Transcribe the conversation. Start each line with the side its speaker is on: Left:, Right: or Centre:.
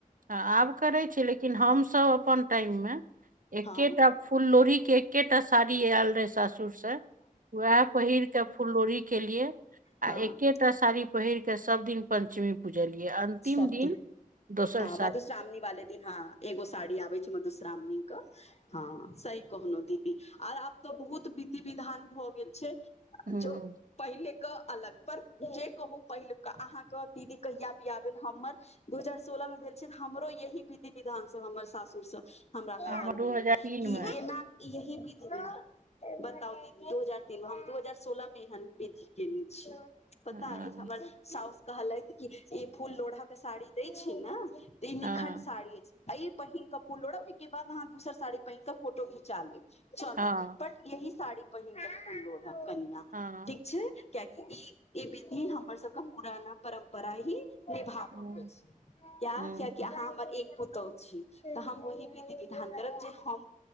Right: आब करै छी लेकिन हमसभ अपन टाइम मे एकेटा
Left: हँ
Right: फुल लोढि के एकेटा साड़ी आयल रहे सासुर सासुर से वएह पहिर के फुल लोरी केलियै आ
Left: हँ
Right: एके एकेटा साड़ी पहिर के सब दिन पंचमी पूजलियै अंतिम
Left: सब
Right: दिन दोसर
Left: हँ
Right: सा
Left: मधुश्रावणी वाले दिन हँ एगो साड़ी आबे छै मधुश्रावणी कऽ हँ सही कहनो दी दी आर आब तऽ बहुत विधि विधान भऽ गेल छै
Right: हूँ
Left: जो पहिलेके अलग पर जे कहू पहिलुका अहाँके दीदी कहिया बियाह भेल हमर दू हजार सोलह मे भेल छै हमरो यही विधि विधान सब हमर सासुर सँ हमरा
Right: हमर
Left: कहल
Right: दू
Left: गेल
Right: हजार तीन
Left: कि
Right: मे
Left: एना यही विधि विधान बताउ दीदी दू हजार तीन हम दू हजार सोलह मे एहन विधि केने छियै पता
Right: हँ
Left: अछि हमर साउस कहलथि कि ई फूल लोढ़ाके साड़ी दै छी ने इ निखंड
Right: हँ
Left: साड़ी अछि एहि पहिनक कऽ फूल लोड़ ओहिके बाद अहाँ दोसर साड़ी पहिनक के फोटो घिचा लेब चलत
Right: हँ
Left: बट यही साड़ी पहिनके फूल लोढब कनिया
Right: हँ
Left: ठीक छै कियाकि ई ई विधि हमर सबके पुराना परम्परा ही निभाब
Right: हूँ
Left: के छै किया
Right: हूँ
Left: कियाकि अहाँ हम एक पुतोहु छी तऽ हम ओहि विधी विधान करब जे हम